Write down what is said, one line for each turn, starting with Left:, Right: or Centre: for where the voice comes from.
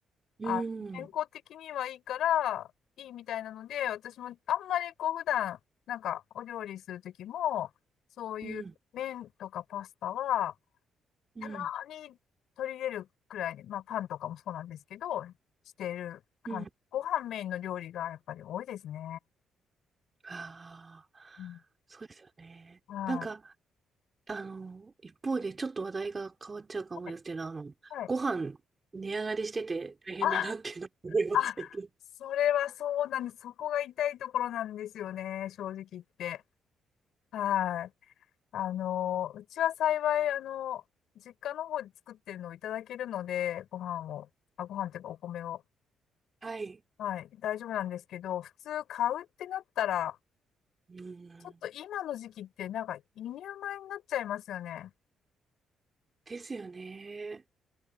Right: うん。
Left: あ、健康的にはいいから、いいみたいなので、私もあんまりこう、普段、なんか、お料理するときも、そういう麺とかパスタは、
Right: うん。うん。
Left: たまに取り入れるくらいに、まあ、パンとかもそうなんですけど、している感じ。
Right: うん。
Left: ご飯メインの料理がやっぱり多いですね。
Right: ああ、
Left: うん。
Right: そうですよね。
Left: は
Right: なんか、あの、一方でちょっと話題が変わっちゃうかもですけど、
Left: い。
Right: あの、
Left: はい。
Right: ご飯値上がりしてて大変だなっていうのを思います、
Left: はい。あ、あ、
Right: 最近。
Left: それはそうなんです。そこが痛いところなんですよね、正直言って。はい。あの、うちは幸い、あの、実家の方で作ってるのをいただけるので、ご飯を、あ、ご飯っていうかお米を。
Right: はい。
Left: はい、大丈夫なんですけど、普通買うってなったら、
Right: うん、
Left: ちょっと今の時期ってなんか輸入米になっちゃいますよね。
Right: ですよね。